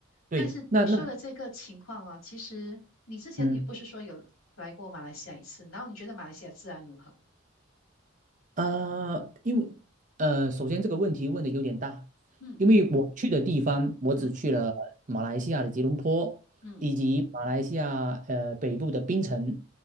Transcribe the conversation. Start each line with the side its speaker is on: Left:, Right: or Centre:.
Right: 对，
Left: 但是你说的这个情况啊，
Right: 那那
Left: 其实你之前也不是说有来过马来西亚一次，
Right: 嗯
Left: 然后你觉得马来西亚治安如何？
Right: 呃，因为呃，首先这个问题问的有点大，
Left: 嗯
Right: 因为我去的地方，我只去了马来西亚的吉隆坡，
Left: 嗯嗯，
Right: 以及马来西亚呃北部的槟城，